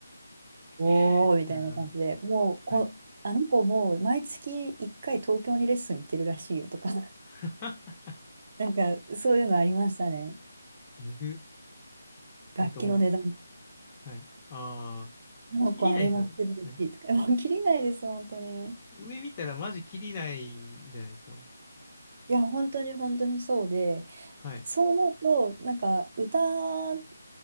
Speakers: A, on the left (about 20°); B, on the right (about 35°).
A: <laughs>
B: おーみたいな感じで、
A: いやー、
B: もうこ、
A: はい。
B: あの子もう毎月1回東京にレッスン行ってるらしいよとか、<laughs>
A: <laughs>
B: なんかそういうのありましたね。
A: えぐ。
B: 楽器の値段、
A: なんかもう、はい。ああ、
B: あの子あれ持ってるらしいとか、
A: 切りないですよね。はい。
B: もう切りないです、本当に。
A: 上見たらマジ切りないじゃないですか、もう。
B: いや、本当に本当にそうで、
A: はい。
B: そう思うと、なんか歌っ